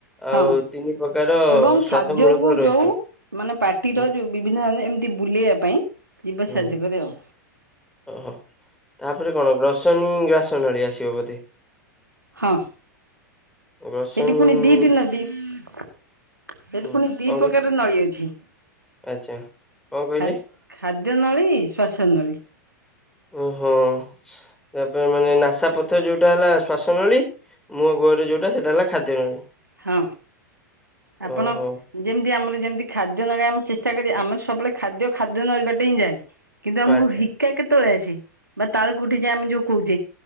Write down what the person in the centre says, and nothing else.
ଆଉ
ତିନି ପ୍ରକାର
ସ୍ଵାଦ
ମୂଳକ ରହିଛି
ହୁଁ
ହୁଁ
ଓହୋ ତାପରେ କଣ ଗ୍ରହ ରସନୀ ଘାସ ନଳି ଆସିବ ବୋଧେ
ଗ୍ରସନୀ
ହୁଁ
କଣ
କ
ଆଚ୍ଛା। କଣ କହିଲେ
ଓହୋ ତାପରେ ମାନେ ନାସା ପଥର ଯୋଉଟା ହେଲା ଶ୍ାସ ନଳୀ ମୁୋହ ଗୋରେ ଯୋଉଟା ସେଇଟା ହେଲା ଖାଦ୍ୟ ନଳୀ <inaudible>
ଓହୋ
ଆଚ୍ଛା